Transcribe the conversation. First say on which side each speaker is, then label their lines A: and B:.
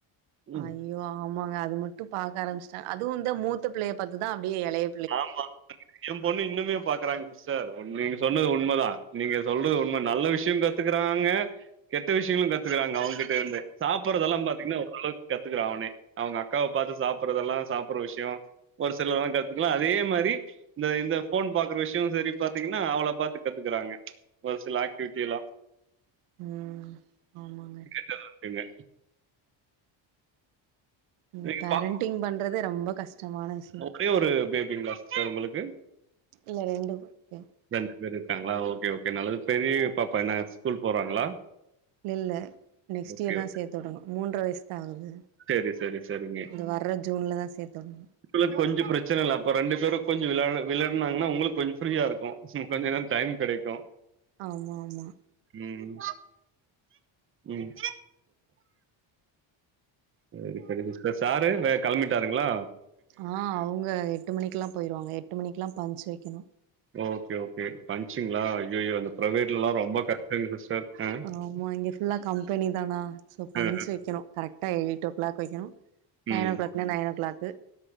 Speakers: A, on the right (about 25°); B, on the right (about 80°).
A: ம்.
B: அ ஐயோ ஆமாங்க அது மட்டு பாக்க ஆரமிச்சுட்டாங்க அதுவு இந்த மூத்த புள்ளைய பாத்துதா அப்டியே எலைய
A: ஆமா எ பொண்ணு இன்னுமே பாக்குறாங்க சிஸ்டர் நீங்க சொன்னது உண்மதா நீங்க சொல்றது உண்ம நல்ல விஷயோ கத்துக்குறாங்க கெட்ட விஷயங்களு கத்துக்குறாங்க அவங்ககிட்ட இருந்து சாப்பறதெல்லா பாத்திங்கன்னா ஓரளவு கத்துக்குற அவனே அவங்க அக்காவ பாத்து சாப்படுறதெல்லா சாப்புற விஷயோ ஒரு சிலர்ல்லா கத் துக்றா அதே மாரி இந்த இந்த ஃபோன் பாக்குற விஷயோ சேரி பாத்தீங்கன்னா அவள பாத்து கத்துக்குறாங்க ஒரு சில ஆக்டிவிட்டி எல்லா
B: ம் ஆமாங்க
A: எல்லாதியுமே
B: இந்த
A: நீங்க
B: பேரண்டிங்
A: பா
B: பண்றதே ரொம்ப கஷ்டமான விஷ
A: ஒரே ஒரு பேபிங்களா சிஸ்டர் உங்களுக்கு
B: இல்ல ரெண்டு பேர்
A: ரெண்டு பேர் இருக்காங்களா ஓகே ஓகே நல்லது பெரியா பாப்பா என்ன ஸ்கூல் போறாங்களா
B: இல்ல இல்ல நெக்ஸ்ட்
A: ஓகே
B: இயர் தா செத்து விடனு மூன்றர வயசு தா ஆகுது
A: சரி சரி சரிங்க
B: இந்த வர்ற ஜூன்ல தா சேத்துனு
A: உங்களுக்கு கொஞ்சோ பிரச்சன இல்ல அப்போ ரெண்டு கொஞ்சோ விளை விளயாடுனாங்கனா உங்களுக்கு கொஞ்சோ ஃப்ரீயா இருக்கு ம் கொஞ்சோ நேரோ டைம் கெடைக்கு
B: ஆமா ஆமா
A: ம் ம் சேரி சேரி சிஸ்டர் சாரு வே கிளம்பிட்டாருங்களா
B: ஆ அவுங்க எட்டு மணிக்கு எல்லா போயிருவாங்க எட்டு மணிக்குல்லா பஞ்சு வைக்கணு
A: ஓகே ஓகே பஞ்சுங்களா ஐயோ அந்த பிரைவேட்ல எல்லா ரொம்ப கஷ்டோங்க சிஸ்டர் ஆ
B: ஆமா இங்க ஃபுல்லா கம்பெனி தானா சோ பஞ்சு
A: ஆ
B: வைக்கணு கரெக்டா எயிட் ஓ கிளாக் வைக்கணு நைன்
A: ம்
B: ஓ கிளாக்னா நைன் ஓ கிளாக்கு